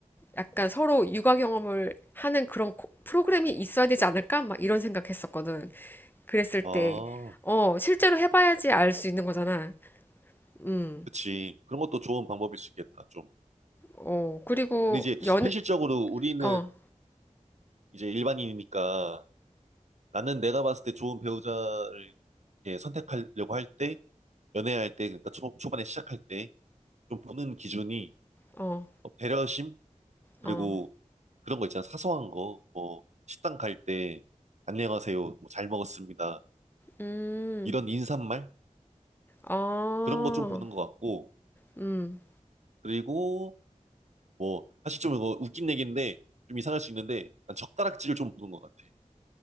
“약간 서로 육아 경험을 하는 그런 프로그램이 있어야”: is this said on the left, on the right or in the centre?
Left